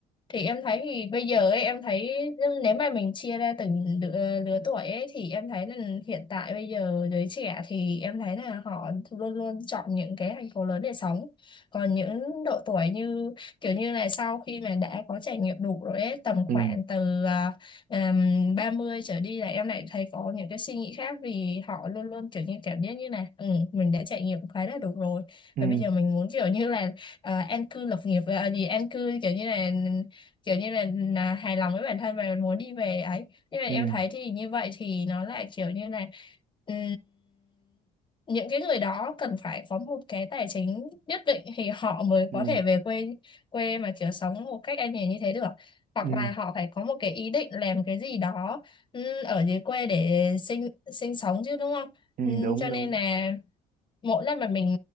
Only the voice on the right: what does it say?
ừ
ừ
ừ
ừ
ừ
ừ,
đúng
đúng